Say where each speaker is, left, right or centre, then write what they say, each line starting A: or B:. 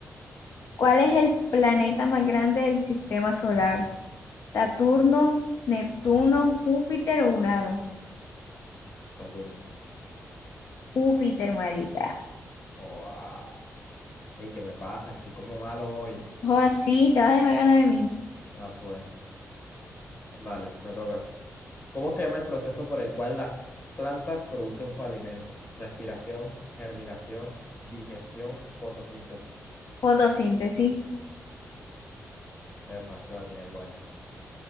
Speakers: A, on the left (about 60°); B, on the left (about 40°).
A: ¿Cuál es el planeta más grande del sistema solar? ¿Saturno, Neptuno, Júpiter o Urano?
B: Saturno.
A: Júpiter, marica.
B: Oh, ah. Ey, ¿qué me pasa? Estoy como malo hoy.
A: O así, te vas a dejar ganar de mí.
B: Ah, pues, dale, me toca. ¿Cómo se llama el proceso por el cual las plantas producen su alimento? Respiración, germinación, digestión, fotosíntesis.
A: Fotosíntesis.
B: Epa, esa la tiene buena.